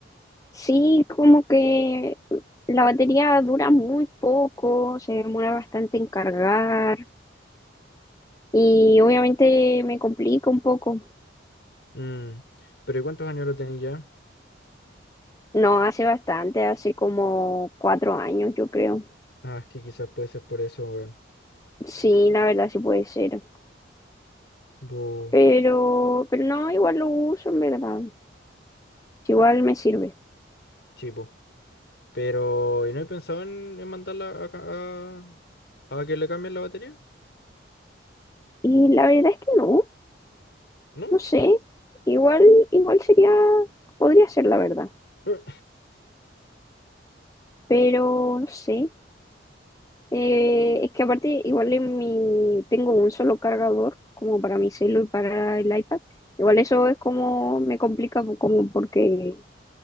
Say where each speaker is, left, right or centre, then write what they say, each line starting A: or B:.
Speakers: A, on the left; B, on the left.
A: Sí, como que la batería dura muy poco, se demora bastante en cargar y obviamente me complica un poco.
B: Mm, pero ¿y cuántos años lo tenía ya?
A: No, hace bastante, hace como cuatro años, yo creo.
B: Ah, es que quizás puede ser por eso, weón.
A: Sí, la verdad sí puede ser.
B: Bu,
A: Pero, pero no, igual lo uso en verdad. Igual me sirve.
B: sí, bu. Pero, ¿y no he pensado en, en mandarla a, ca- a, a que le cambien la batería?
A: Y la verdad es que no,
B: ¿No?
A: no sé. Igual, igual sería, podría ser la verdad,
B: Eh.
A: pero no sé. Eh, es que aparte, igual en mi, tengo un solo cargador, como para mi celu y para el iPad. Igual eso es como me complica, po- como porque